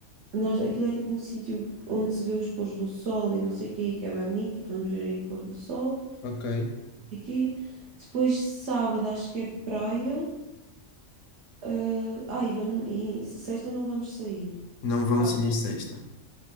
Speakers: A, on the right; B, on the left.
A: nós, aquilo é tipo um sítio onde se vê os pôres do sol e não sei o quê, que é bem bonito. Tipo, vamos ver aí o pôr do sol.
B: Ok.
A: Aqui. Depois, sábado, acho que é praia. Uh, ah, e, vamos, e sexta não vamos sair.
B: Não vão
A: Pá,
B: sair sexta.